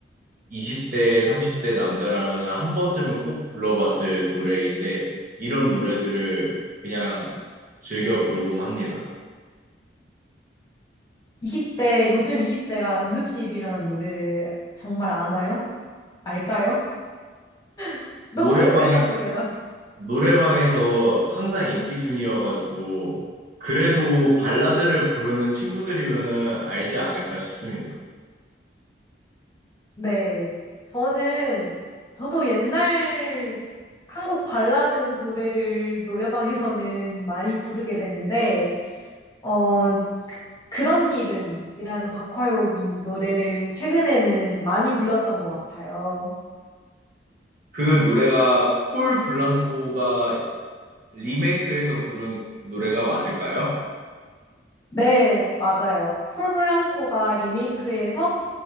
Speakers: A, on the right; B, on the left.
A: 20대, 30대 남자라면 한 번쯤은 꼭 불러봤을 노래인데, 이런 노래들을 그냥 즐겨 부르곤 합니다.
B: 20대, 요즘 20대가 응급실이라는 노래를 정말 아나요? 알까요? <laughs> 너무
A: 노래방,
B: 오래전 노래라.
A: 노래방에서 항상 인기 순이어가지고 그래도 발라드를 부르는 친구들이면은 알지 않을까 싶습니다.
B: 네. 저는, 저도 옛날 한국 발라드 노래를 노래방에서는 많이 부르게 되는데, 어, 그런 일은이라는 박화요비 노래를 최근에는 많이 불렀던 것 같아요.
A: 그 노래가 폴 블랑코가 리메이크해서 부른 노래가 맞을까요?
B: 네, 맞아요. 폴 블랑코가 리메이크해서